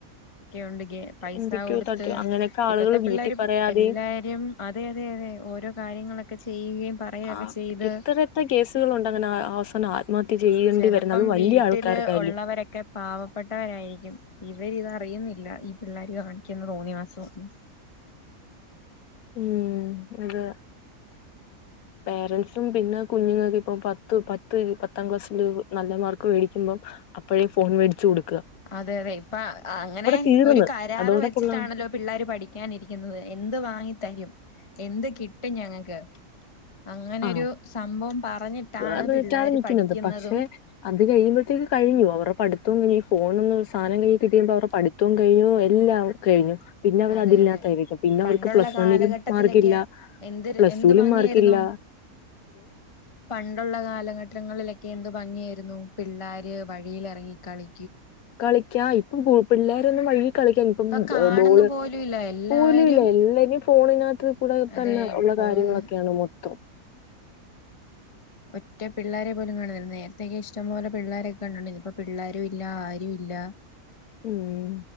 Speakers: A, on the left; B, on the left.
A: ണ്ട് പൈസ
B: എന്തൊക്കെയോ
A: കൊടുത്ത്
B: തട്ടിയോ അങ്ങനെയൊക്കെ ആളുകൾ
A: ഇപ്പോത്തെ പിള്ളേ
B: വീട്ടിൽ പറയാതെയും
A: എല്ലാരും അതെതെതെ ഓരോ കാര്യങ്ങളൊക്കെ ചെയ്യുകയും പറയൊക്കെ
B: ആഹ്
A: ചെയ്ത്
B: എത്ര എത്ര കേസുകളുണ്ട് അങ്ങനെ ആ- അവസാനം ആത്മഹത്യ ചെയ്യേണ്ടി
A: ചിലപ്പം
B: വരുന്നത് അത് വലിയ
A: വീട്ടില്
B: ആൾക്കാർക്കായാലും
A: ഉള്ളവരൊക്കെ പാവപ്പെട്ടവരായിരിക്കും ഇവരി ഇത അറിയുന്നില്ല ഇല്ല ഈ പിള്ളേർ കാണിക്കന്ന് തോന്നിവാസന്നും
B: ഉം അത് പേരന്റ്സും പിന്നെ കുഞ്ഞുങ്ങക്ക് ഇപ്പൊ പത്ത് പത്ത് പത്താം ക്ലാസ്സില് ല് നല്ല മാർക്ക് മേടിക്കുമ്പം അപ്പോഴേ ഫോൺ മേടിച്ചു കൊടുക്കും
A: അതെ അതെ ഇപ്പ അങ്ങനെ
B: തീർന്ന്
A: ഒരു കരാർ
B: അതോടെ
A: വെച്ചിട്ടാണല്ലോ
B: പുള്ള
A: പിള്ളേർ പഠിക്കാനിരിക്കുന്നത് എന്ത് വാങ്ങി തരും എന്ത് കിട്ടും ഞങ്ങക്ക് അങ്ങനെരു
B: ആഹ്
A: സംഭവം പറഞ്ഞിട്ടാണ്
B: അത്
A: പിള്ളോര്
B: റ്റാണ് നിക്കുന്നത്
A: പഠിക്കുന്നതും
B: പക്ഷെ അത് കഴിയുമ്പോഴത്തേക്ക് കഴിഞ്ഞു അവരുടെ പഠത്തവും കഴിഞ്ഞു ഫോൺ ഒന്ന് സാധനം കഴി കിിയുമ്പോ അവരുടെ പിത്തവും കഴിഞ്ഞും എല്ലാം കഴിഞ്ഞു പിന്നെ അവർ
A: അതെ
B: അതില്ലാത്തായിരിക്കും
A: അതെ
B: പിന്നെ
A: പണ്ടുള്ള
B: അവർക്ക് പ്ലസ്
A: കാലഘട്ടത്തിലൊക്കെ
B: വണ്ണിലും മാർക്കല്ല
A: എന്ത്
B: പ്ലസ്
A: എന്ത്
B: ടുിലും
A: ഭംഗിയായിരുന്നു
B: മാർക്ക് ഇല്ല
A: പണ്ടുള്ള കാലഘട്ടങ്ങളിലൊക്കെ ക്ക എന്ത് ഭംഗിയായിരുന്നു പിള്ളോര് വഴിൽ ഇറങ്ങിക്കളി
B: കളിക്ക ഇപ്പം പിള്ളോരൊന്നും വഴി കളിക്ക ഇപ്പ
A: ഇപ്പൊ കാണുന്ന
B: ബോള്
A: പോലും ഇല്ല എല്ലാരും
B: പോലല്ല എല്ലും ഫോണ കൂടെ
A: അതെ
B: തന്നെ ഉള്ള
A: ഫോൺ
B: കാര്യങ്ങളൊക്കെയാണ് മൊത്തം
A: റ്റ പിള്ളോരരെ പോലും കാണുന്നില്ല നേരത്തെെയക്കെ ഇഷ്ടംപ പോലെ പിള്ളാരെയൊക്കെ കാണൂ ഇപ്പപ്പോ പിള്ളാരും ഇല്ല ആരും ഇല്ല
B: ഉം